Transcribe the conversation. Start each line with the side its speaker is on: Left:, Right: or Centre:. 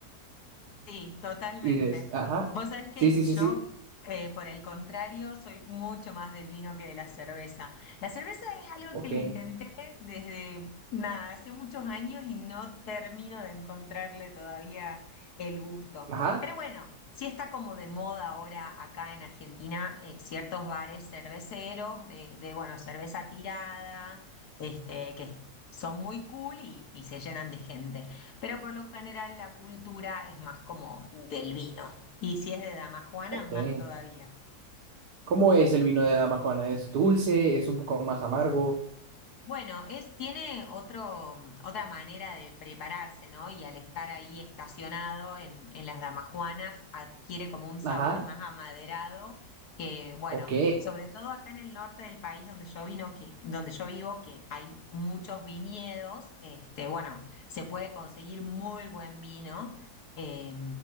Left: Sí, totalmente.
Right: Y des, ajá.
Left: Vos sabés que
Right: Sí, sí,
Left: yo,
Right: sí, sí.
Left: eh, por el contrario, soy mucho más del vino que de la cerveza. La cerveza es algo
Right: Ok.
Left: que lo intenté desde, nada, hace muchos años y no termino de encontrarle todavía el gusto.
Right: Ajá.
Left: Pero bueno, sí está como de moda ahora acá en Argentina, eh, ciertos bares cerveceros de, de, bueno, cerveza tirada, este, que son muy cool y y se llenan de gente. Pero por lo general la cultura es más como del vino. Y si es de dama Juana,
Right: Ok.
Left: más todavía.
Right: ¿Cómo es el vino de Dama Juana? ¿Es dulce? ¿Es un poco más amargo?
Left: Bueno, es, tiene otro, mm, otra manera de prepararse, ¿no? Y al estar ahí estacionado en, en las damajuanas, adquiere como un sabor
Right: Ajá.
Left: más amaderado, que bueno,
Right: Ok.
Left: sobre todo acá en el norte del país donde yo vino, que, donde yo vivo, que hay muchos viñedos, este, bueno, se puede conseguir muy buen vino, eh,